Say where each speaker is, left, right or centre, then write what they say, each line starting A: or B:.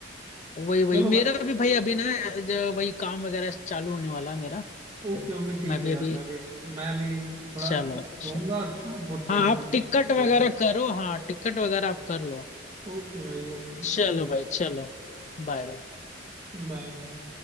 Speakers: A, on the left; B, on the right.
A: वही वही
B: चलो
A: मेरा
B: भाई
A: भी भाई अभी ना ज- वही काम वगैरह चालू होने वाला है मेरा तो
B: ओके ओके ठीक
A: मैं भी
B: है यार
A: अभी
B: मैं भी मैं भी थोड़ा
A: चलो
B: सोऊंगा
A: अच्छा।
B: और शाम को ट्रेन
A: हाँ आप
B: पकड़
A: टिकट
B: के घर
A: वगैरह
B: चलता हूँ
A: करो हाँ टिकट वगैरह आप कर लो
B: ओके भाई ओके
A: चलो भाई चलो बाय बाय
B: बाय भाई